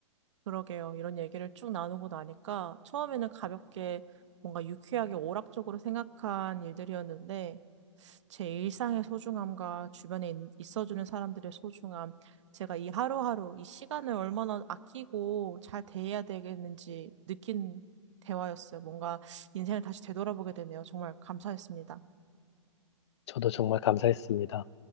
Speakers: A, on the right; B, on the left.
A: 그러게요. 이런 얘기를 쭉 나누고 나니까 처음에는 가볍게 뭔가 유쾌하게 오락적으로 생각한 일들이었는데 제 일상의 소중함과 주변에 인- 있어주는 사람들의 소중함, 제가 이 하루하루 이 시간을 얼마나 아끼고 잘 대해야 되겠는지 느낀 대화였어요. 뭔가 인생을 다시 되돌아보게 되네요. 정말 감사했습니다.
B: 저도 정말 감사했습니다.